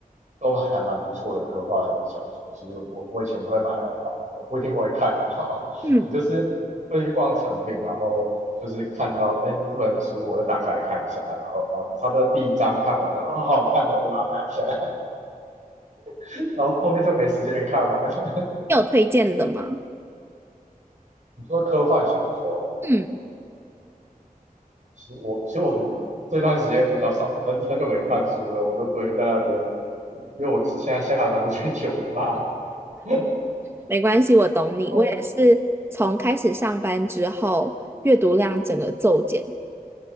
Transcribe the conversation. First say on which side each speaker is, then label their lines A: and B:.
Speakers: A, on the right; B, on the right.
A: 都还蛮不错的科幻小说。其实我我以前都会买来放着，不一定会看，你知道吗？
B: 嗯，
A: <laughs> 我就是会去逛成品，然后就是看到哎这本书，我就打开来看一下，然后哦差不多第一章看完了，哦好好看的，我就把它买下来，<laughs> 然后后面就没时间看完。<laughs>
B: 你有推荐的吗？
A: 你说科幻小说哦？
B: 嗯，
A: 其实我其实我很这段时间比较少，很很久没看书了，我都堆在那边，因为我现在下班都去酒吧 <laughs>。
B: 没关系，我懂你。
A: 哦
B: 我也是从开始上班之后，阅读量整个骤减。